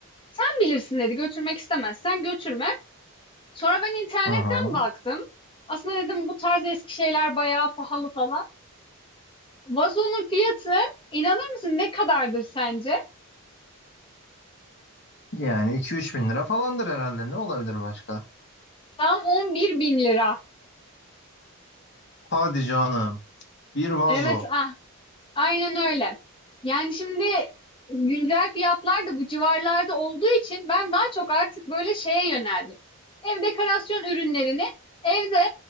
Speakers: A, on the left; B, on the left.
A: Sen bilirsin dedi, götürmek istemezsen götürme. Sonra ben internetten
B: hı hı.
A: baktım. Aslında dedim bu tarz eski şeyler bayağı pahalı falan. Vazonun fiyatı inanır mısın ne kadardır sence?
B: Yani iki üç bin lira falandır herhalde. Ne olabilir başka?
A: Tam 11 bin lira.
B: Hadi canım. Bir vazo.
A: Evet, ah, Aynen öyle. Yani şimdi güncel fiyatlar da bu civarlarda olduğu için ben daha çok artık böyle şeye yöneldim. Ev dekorasyon ürünlerini evde